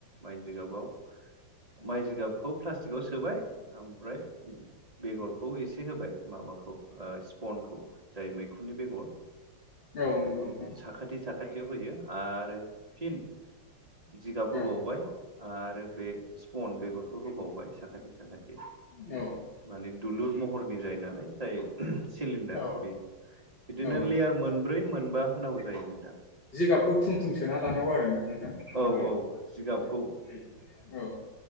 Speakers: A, on the right (about 20°); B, on the left (about 35°).
A: माइ जिगाबाव माइ जिगाबखौ प्लास्टिकआव सोबाय ओमफ्राय बेगरखौ एसे होबाय माबाखौ स्पनखौ जाय मैखुननि बेगर
B: औ
A: बेखौ
B: नंगौ नोंथां
A: साखाथि साखाथियाव होयो आरो फिन जिगाब होबावबाय
B: औ
A: आरो बे स्पन बेगरखौ होबावबाय साखाथि साखाथि
B: औ
A: माने दुलुर महर नि जायो नालाय जाय सिलिडार
B: औ
A: बेयो बिदिनो
B: औ
A: लेयार मोनब्रै मोनबा होनांगौ जायो नोंथां
B: जिगाबखौ थुम थुम सोना लानांगौ आरोना नोंथां
A: औ
B: माबायाव
A: औ जिगाबखौ
B: औ